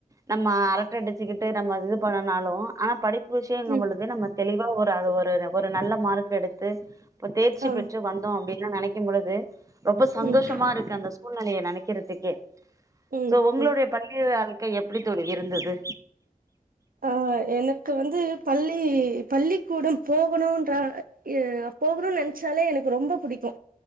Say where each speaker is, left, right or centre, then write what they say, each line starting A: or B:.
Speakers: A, on the right (about 20°); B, on the right (about 75°).
A: நம்ம அரட்ட அடிச்சுக்கிட்டு நம்ம இது பண்ணுனாலு ஆனா படி புருசேங்க
B: ம்
A: பொழுதே நம்ம தெளிவா ஒரு அது ஒரு ஒரு நல்ல மார்க் எடுத்து இப்ப தேர்ச்சி
B: ஆ
A: பெற்று வந்தோ அப்டின் எல்லா நெனைக்கும் பொழுது ரொம்ப சந்தோஷமா
B: ம்
A: இருக்கு அந்தஸ் சூழ்நெலய நெனைக்கறதுக்கே
B: ம்
A: சோ உங்களுடைய
B: ம்
A: பள்ளி அ க்க எப்படி தோழி இருந்தது
B: ஆ எனக்கு வந்து பள்ளி பள்ளிக்கூட போகணும்ன்றா அ போகணும்னு நினைச்சாலே எனக்கு ரொம்ப புடிக்கு